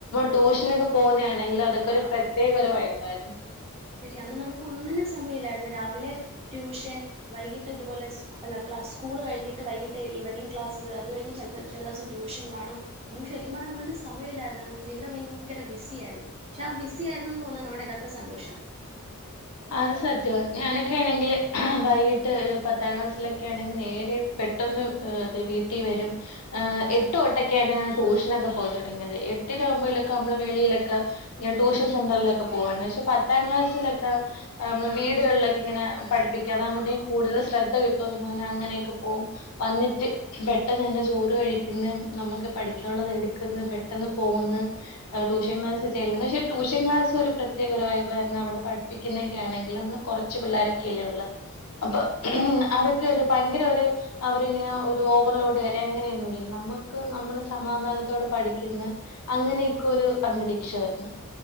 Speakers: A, on the left; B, on the right.
A: ട്യൂഷനൊക്കെ പോവുന്ന ആണെങ്കിൽ അതൊക്കെ ഒരു പ്രത്യേക ഒരു വൈബായിരുന്നു
B: ശരി അന്ന് നമുക്ക് ഒന്നിനും സമയില്ലായിരുന്നു രാവിലെ ട്യൂഷൻ വൈകിട്ട് ഇതുപോലെ അല്ല ക്ലാ സ്കൂൾ കഴിഞ്ഞിട്ട് വൈകിട്ട് ഈവനിങ് ക്ലാസ്സ്‌ അത് കഴിഞ്ഞു ചില ദിവസം ട്യൂഷൻ കാണും നമുക്ക് ശരിക്കും പറഞ്ഞ ഒന്നിനും സമയുല്ലായിരുന്ന ജീവിതം ഭയങ്കര ബിസി ആയിയിരുന്നു പക്ഷെ ആ ബിസി ആയിരുന്നു തോന്നുന്നു നമ്മുടെ യതാർത്ഥ സന്തോഷം
A: അത് സത്യം ഞാനൊക്കെ ആണെങ്കില് വൈകീട്ട് പത്താം ക്ലാസ്സിലൊക്കെ ആണെങ്കിൽ നേരെ പെട്ടന്ന് അത് വീട്ടിൽ വരും എട്ട്ൊട്ടൊക്കൊണ് ട്യൂഷനൊക്കെ പോയി തുടങ്ങിയത് എട്ടിലും ഒമ്പയിലും ഒക്കെ നമ്മള് വെളിയിലൊക്കെ ട്യൂഷൻ സെന്റിലൊക്കെ പോകയാന്നു പക്ഷെ പത്താം ക്ലാ ലെക്കെ ആഹ് അമ്മള് വീട്കൾലൊക്കിങ്ങെനാ പഠിപ്പിക്കാ അതാക്മ്പത്തേൻ കൂട്തൽ ശ്രദ്ധ കിട്ടൂന്ന് പർഞ്ഞ് അങ്ങനെ വന്നിട്ട് പെട്ടെന്ന് തന്നെ ചോറ് കഴിക്കുന്ന നമുക്ക് പഠിക്കാനുള്ളത് എടുക്കുന്ന പെട്ടെന്ന് പോകുന്ന് ട്യൂഷൻ ക്ലാസ്സിൽ ചെല്ലുന്ന പക്ഷേ ട്യൂഷൻ ക്ലാസ്സ് ഒരു പ്രത്യേക ഒരു വൈബായിരുന്നു അവിടെ പഠിപ്പിക്കുന്നതൊക്കെ ആണെങ്കിൽ നമ്മള് കുറച്ച് പിള്ളോരൊക്കെല്ലേ ഉള്ളൂ അപ്പൊ ഉ അതൊക്കെ ഒരു ഭയങ്കര ഒരു അവരിങ്ങനെ ഒരു ഓവർലോഡ്കാര് അങ്ങനെയൊന്നുംല്ല നമ്മുക്ക് നമ്മള് സമാധാനത്തോടെ പഠിക്കുന്ന അങ്ങനെയൊക്കെ ഒരു അന്തരീക്ഷായിരുന്നു